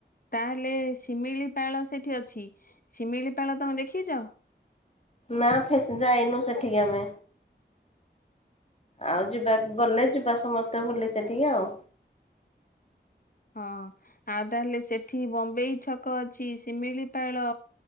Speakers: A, on the left; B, on the left.
A: ତାହେଲେ ଶିମିଳିପାଳ ସେଠି ଅଛି ଶିମିଳିପାଳ ତମେ ଦେଖିଛ
B: ନା ଫ ଯାଇନୁ ସେଠିକ ଆମେ ଆଉ ଯିବା ଗଲେ ଯିବା ସମସ୍ତେ ଭୁଲି ସେଠିକେ ଆଉ
A: ହଁ ଆଉ ତାହେଲେ ସେଠି ବମ୍ବେେଇ ଛକ ଅଛି ଶିମିଳିପାଳ